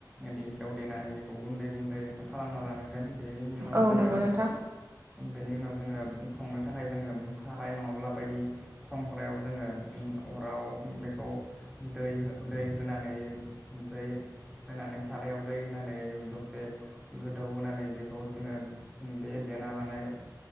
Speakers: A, in the centre; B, on the right.
A: दिंखियाव देनानै बेखौ गुन्दै गुन्दै खालामना लानांगोन बेनि उनाव
B: औ
A: जोङो
B: नंगौ नोंथां
A: बेनि उनाव जोङो संनो थाखाय जोङो साराय नङाब्ला बायदि संग्रायाव जोङो अराव बेखौ दै दै होनानै ओमफ्राय होनानै सारायाव दै होनानै दसे गोदौ होनानै बेखौ जोङो बे देना लानाय